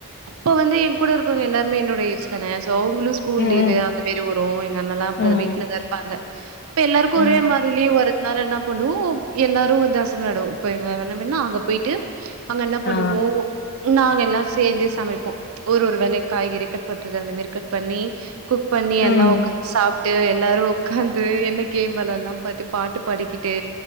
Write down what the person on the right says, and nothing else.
அப்ப வந்து என் கூட இருக்குறவங்க எல்லாரும என்னோட ஏஜ் தானே சோ அவுங்குளு ஸ்கூல்
லீவு அந்த மாரி வரும் எங்க அண்ணலாம் அப்டி
வீட்லதான் இருப்பாங்க இப்ப எல்லாருக்கும்
ஒரே மாரி லீவ் வரதுனால என்ன பண்ணுவோம் எல்லாரும் வந்து அசம்பள்‌ ஆய்டுவோம் இப்ப எங்க அண்ண வேனா அங்க போயிட்டு அங்க என்ன பண்ணுவோ
நாங்க எல்லா சேந்து சமைப்போம் ஒரு ஒரு வேலை காய்கறி கட் பண்றது அந்த மாரி கட் பண்ணி குக் பண்ணி
எல்லா உக்காந் சாப்ட்டு எல்லாரும் உக்காந்து என்ன கேம் விளையாடலாம் பத்து பாட்டு பாடிக்கிட்டு